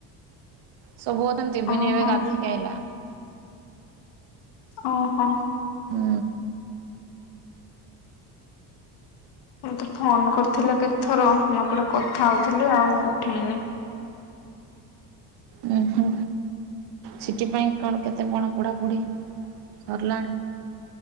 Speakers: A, on the right; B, on the left.
A: ସବୁ ଅଛନ୍ତି ବିିନି
B: ଓହୋ।
A: ଏବେ ଗାଧେଇକି ଆଇଲା।
B: ଓହୋ।
A: ହୁଁ।
B: ମତେ ଫୋନ କରିଥିଲ କେତଥର ମୁଁ ଏପଟେ କଥା ହଉଥିଲି ଆଉ ଉଠେଇନି।
A: ଉଁ ହୁଁ ସି ଟି ପାଇଁ କଣ କେତେ କଣ ପଢ଼ାପଢ଼ି ସରିଲାଣି?